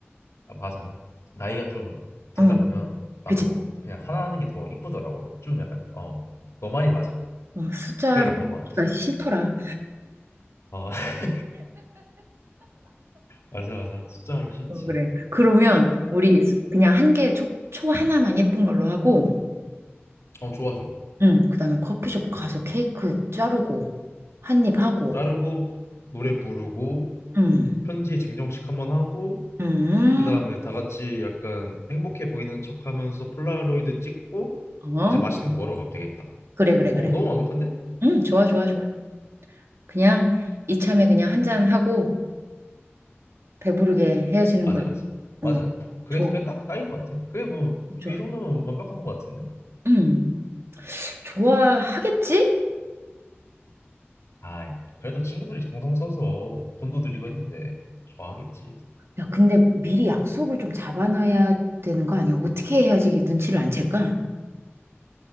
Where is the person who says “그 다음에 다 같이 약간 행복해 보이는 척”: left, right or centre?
Left